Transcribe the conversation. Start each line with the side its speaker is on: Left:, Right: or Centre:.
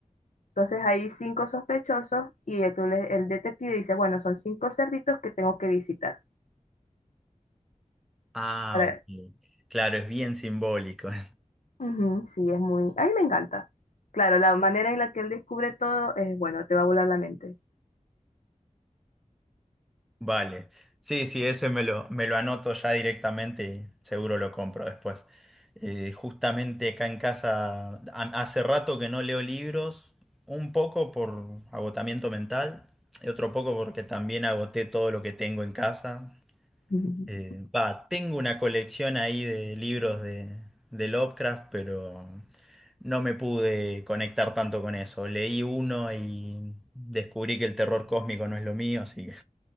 Left: Entonces hay cinco sospechosos y el, el detective dice, bueno, son cinco cerditos que tengo que visitar.
Centre: Ah,
Left: Para...
Centre: ok. Claro, es bien simbólico. <laughs>
Left: Ujú, sí, es muy... A mí me encanta. Claro, la manera en la que él descubre todo es, bueno, te va a volar la mente.
Centre: Vale. Sí, sí, ese me lo, me lo anoto ya directamente y seguro lo compro después. Eh, justamente acá en casa, ha- hace rato que no leo libros, un poco por agotamiento mental y otro poco porque también agoté todo lo que tengo en casa.
Left: <laughs>
Centre: Eh, va, tengo una colección ahí de libros de, de Lovecraft, pero no me pude conectar tanto con eso. Leí uno y descubrí que el terror cósmico no es lo mío, así que...